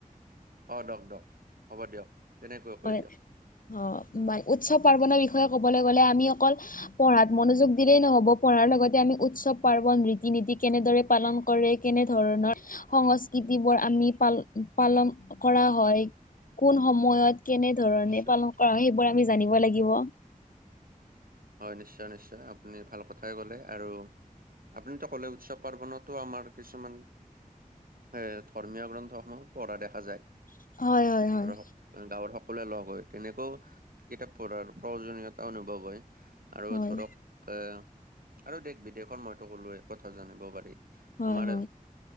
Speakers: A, on the right; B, on the left.
A: অ দক দক হ'ব দিয়ক তেনেকৈ কৈ
B: হয়
A: দিয়ক
B: অ উৎসৱ পাৰ্বনৰৰ বিষয়ে ক'বলৈ গলে আমি অকল পঢ়াত মনোযোগ দিলেই নহ'ব পঢ়াৰ লগতে আমি উৎসৱ পাৰ্বন ৰীতি নীতি কেনেদৰে পালন কৰে কেনেধৰণৰ সংস্কৃতি বোৰ আমি পাল পালন কৰা হয় কোন সময়ত কেনে ধৰণে
A: নিশ্চয়
B: পালন কৰা হয় সেইবোৰ আমি জানিব লাগিব
A: হয় নিশ্চয় নিশ্চয় আপুনি ভাল কথাই ক'লে আৰু আপুনি ত ক'লে উৎসৱ পাৰ্বণতো আমাৰ কিছুমান এ ধৰ্মীয় গ্ৰন্থসমূহ পঢ়া দেখা যায়
B: হয় হয় হয়
A: আৰু সক গাঁৱৰ সকলোৱে লগ হয় তেনেকেও কিতাপ পঢ়াৰ প্ৰয়োজনীয়তা অনুভৱ হয় আৰু
B: হয়
A: ধৰক এ আৰু দেশ বিদেশত মইতো ক'লোৱেই কথা জানিব পাৰি
B: হয়
A: আমাৰ
B: হয়
A: এ